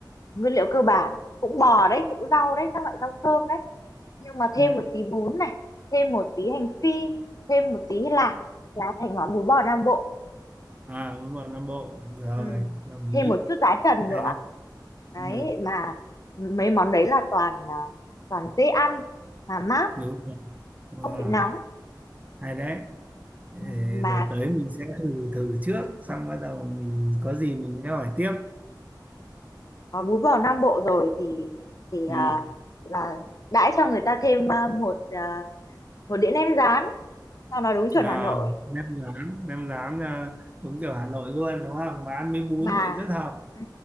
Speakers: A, on the left; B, on the right.
A: nguyên liệu cơ bản cũng bò đấy cũng rau đấy các loại rau thơm đấy nhưng mà thêm
B: ừ.
A: một tí bún này thêm một tí hành phi thêm một tí lạc là thành món bún bò Nam Bộ
B: à đúng rồi Nam Bộ rồi
A: ừ.
B: đồng ý
A: thêm một chút giá trần
B: hay
A: nữa
B: đấy
A: đấy
B: ừ.
A: mà mấy món đấy là toàn à, toàn dễ ăn mà mát
B: đúng rồi Đúng
A: không
B: rồi.
A: bị nóng
B: hay đấy Ờ,
A: Ừ, mà
B: Rồi tới mình sẽ thử thử trước xong bắt đầu mình có gì mình sẽ hỏi tiếp
A: có bún bò Nam Bộ rồi thì thì
B: ừ.
A: à, là đãi cho người ta thêm à, một à, một đĩa nem rán cho nó đúng chuẩn
B: à,
A: Hà Nội
B: nem rán nem rán à, đúng kiểu Hà Nội luôn đúng không mà ăn với bún
A: mà
B: thì rất hợp
A: ừ,